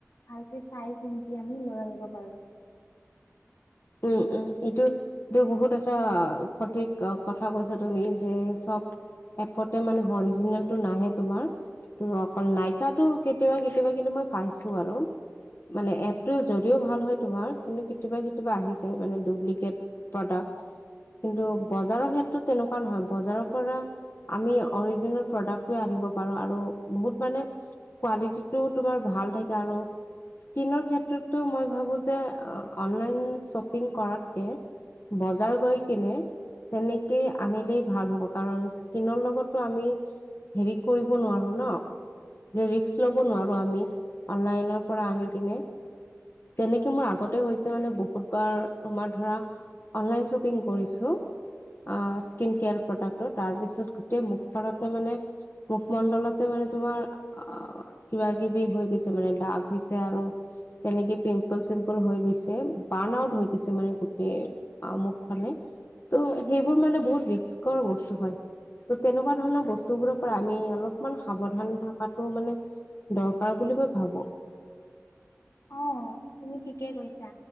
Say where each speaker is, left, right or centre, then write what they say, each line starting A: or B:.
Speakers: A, on the left; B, on the left.
A: ভালকে চাই চিনটি আমি লৈ আনিব পাৰোঁ <unintelligible>
B: উ উম এইটো এই বহুত এটা সঠিক কথা কৈছা তুমি যে চব এপতে মানে হৰিজিনেলটো নাহে তোমাৰ। ত অকল নাইকাটো কেতিয়াবা কেতিয়াবা কিন্তু মই পাইছো আৰু। মানে এপটো যদিও ভাল হয় তোমাৰ কিন্তু কেতিয়াবা কেতি বা আহি যায় মানে ডুপ্লিকেট প্ৰডাক্ট। কিন্তু বজাৰৰ ক্ষেত্ৰত তেনেকুৱা নহয়, বজাৰৰ পৰা আমি অৰিজিনেল প্ৰডাক্টটোৱে আনিব পাৰো আৰু বহুত মানে কোৱালিটিটো তোমাৰ ভা ভাল থাকে আৰু স্কিনৰ ক্ষেত্ৰতো মই ভাবো যে অ অনলাইন শ্বপিং কৰাতকে বজাৰ গৈ কিনে তেনেকেই আনিলেই ভাল হ'ব কাৰণ স্কিনৰ লগতো আমি হেৰি কৰিব নোৱাৰো ন, ৰিস্ক লব নোৱাৰো আমি অনলাইনৰ পৰা আনি কিনে। তেনেকে মোৰ আগতে হৈছে মানে বহুত অ তোমাৰ ধৰা অনলাইন শ্বপিং কৰিছো অ স্ কেয়াৰ প্ৰড্ তাৰপিছত গোট মুখখনতে মানে মুখমণ্ডলতে মানে তোমাৰ কিবা কিবি হৈ গৈছে মানে দাগ হৈছে আৰু তেনেকে পিম্পল চিম্পল হৈ গৈছে বাৰ্ণ আউট হৈ গৈছে মানে গোটেই মুখখনে। ত' সেইবোৰ মানে বহুত ৰিস্কৰ বস্তু হয়। ত' তেনেকুৱা ধৰণৰ বস্তুবোৰৰ পৰা আমি অলপমান সাৱধান থকাাতটো মানে দৰকাৰ বুলি বুলি মই ভাবো
A: অঁ। তুমি ঠিকে কৈছা